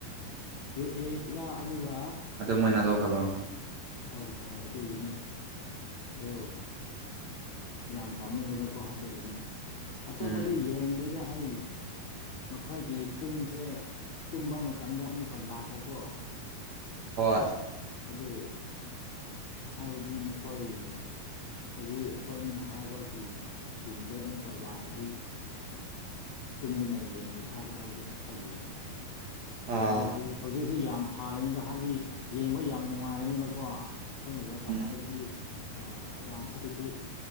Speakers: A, on the left (about 65°); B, on the right (about 60°).
A: ꯌꯨ ꯑꯦꯐꯂ ꯑꯗꯨꯒ
B: ꯑꯗꯨ ꯃꯣꯏꯅ ꯂꯧꯈꯕ
A: ꯍꯣꯏ ꯍꯣꯏ ꯍꯣꯏ ꯑꯗꯨꯒꯤꯅꯦ ꯗꯣ ꯌꯥꯝ ꯄꯥꯝꯃꯨꯏꯕꯀꯣ ꯑꯗꯨꯒꯤꯅꯤ ꯑꯇꯣꯞꯗꯤ
B: ꯎꯝ
A: ꯌꯦꯡꯗꯦꯗ ꯑꯩ ꯃꯈꯣꯏꯒꯤ ꯄꯨꯡꯖꯦ ꯇꯨꯝꯕ ꯃꯇꯝꯗ ꯑꯃꯨꯛꯀ ꯂꯥꯛꯄꯀꯣ
B: ꯍꯣꯏ
A: ꯑꯗꯨ ꯍꯥꯏꯕꯗꯤ ꯃꯈꯣꯏ ꯍꯧꯖꯤꯛ ꯑꯩꯈꯣꯏ ꯅꯤꯅ ꯍꯥꯏꯕꯒꯤ ꯇꯤꯝꯗꯣ ꯑꯃꯨꯛꯀ ꯂꯥꯛꯑꯗꯤ ꯇꯨꯝꯗꯅ ꯌꯦꯡꯒꯦ ꯍꯥꯏꯕ ꯑꯩꯗꯣ ꯈꯜꯂꯤꯕꯅꯤ
B: ꯑꯥ
A: ꯍꯥꯏꯕꯗꯤ ꯍꯧꯖꯤꯛꯁꯤ ꯌꯥꯝ ꯐꯒꯅꯤꯕ ꯍꯥꯏꯕꯗꯤ ꯌꯦꯡꯕ ꯌꯥꯝ ꯅꯨꯡꯉꯥꯏꯒꯅꯤꯕꯀꯣ ꯍꯣꯏ ꯋꯥꯔꯜ ꯀꯞ
B: ꯎꯝ
A: ꯍꯥꯏꯕꯗꯤ ꯑꯥ ꯔꯥꯎꯟ ꯊꯥꯔꯇꯤ ꯇꯨ